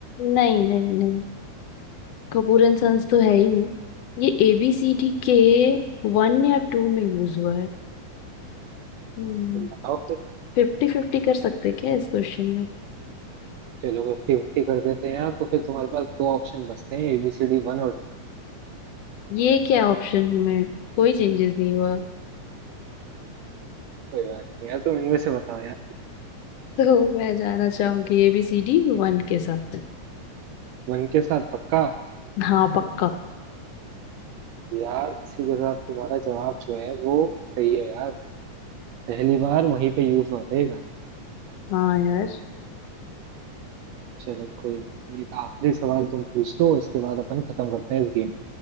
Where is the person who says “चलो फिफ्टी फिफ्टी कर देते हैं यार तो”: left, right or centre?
Right